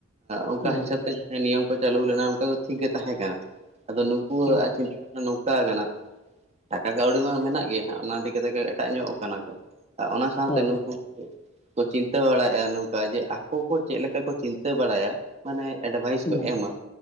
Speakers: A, on the right; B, on the left.
A: ᱚᱝᱠᱟ
B: ᱦᱮᱸ
A: ᱦᱤᱥᱟᱹᱵᱼᱼ ᱼᱛᱮ ᱱᱤᱭᱚᱢ ᱠᱚ ᱪᱟᱹᱞᱩ ᱞᱮᱱᱟ ᱚᱱᱠᱟ ᱫᱚ ᱴᱷᱤᱠ ᱜᱮ ᱛᱟᱦᱮᱸ ᱠᱟᱱᱟ ᱾ ᱟᱫᱚ ᱱᱩᱝᱠᱩᱣᱟᱜ
B: ᱦᱮᱸ
A: ᱪᱤᱱᱛᱟᱹ ᱵᱷᱟᱵᱽᱱᱟ ᱱᱚᱝᱠᱟᱣ ᱠᱟᱱᱟ ᱾ ᱴᱟᱠᱟ ᱠᱟᱹᱣᱰᱤ ᱢᱟ ᱢᱮᱱᱟᱜ ᱜᱮᱭᱟ ᱦᱟᱸᱜ ᱚᱱᱟ ᱤᱫᱤ ᱠᱟᱛᱮ ᱜᱮ ᱮᱴᱟᱜ ᱧᱚᱜ ᱟᱠᱟᱱᱟ ᱠᱚ ᱟᱨ ᱚᱱᱟ ᱥᱟᱶᱛᱮ
B: ᱦᱮᱸ
A: ᱱᱩᱠᱩᱼᱼ ᱠᱚ ᱪᱤᱱᱛᱟᱹ ᱵᱟᱲᱟᱭᱟᱮᱫᱼᱟ ᱱᱚᱝᱠᱟ, ᱡᱮ ᱟᱠᱚ ᱠᱚ ᱪᱮᱫ ᱞᱮᱠᱟ ᱠᱚ ᱪᱤᱱᱛᱟᱹ ᱵᱟᱲᱟᱭᱟ? ᱢᱟᱱᱮ ᱮᱰᱵᱷᱟᱭᱤᱥ
B: ᱦᱮᱸ
A: ᱠᱚ ᱮᱢᱟ,